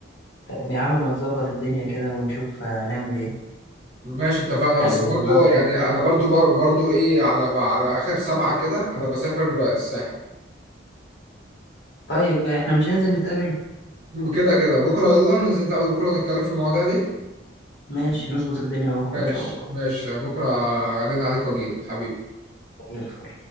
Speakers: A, on the left; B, on the right.
A: طب يا عم ما تظبط الدنيا كده ونشوف هنعمل ايه
B: ماشي اتفقنا بس
A: يعني
B: برضو
A: نظبط
B: يعني
A: كده
B: أنا برضو بر- برضو إيه على على آخر سبعة كده أنا بسافر الساحل
A: طيب احنا مش هننزل نتقابل
B: كده كده بكرة يلا ننزل نتقابل بكرة نتكلم في المواضيع دي
A: ماشي نظبط الدنيا بكرة
B: ماشي
A: ان شاء الله
B: ماشي بكرة أرن عليك وأجيلك حبيبي
A: زي الفل